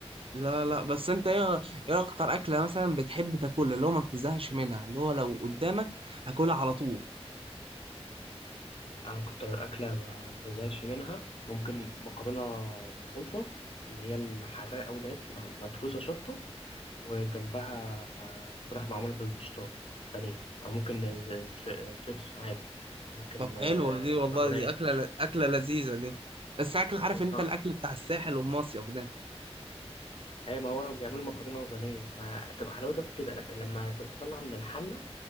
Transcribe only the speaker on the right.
لا لا بس انت ايه ايه اكتر اكلة مثلا بتحب تاكلها اللي هو ما بتزهقش منها اللي هو لو قدامك هاكلها على طول
طب حلوة
دي والله
دي اكلة ل- اكلة لذيذة دي بس اكل عارف
انت
الاكل بتاع الساحل والمصيف ده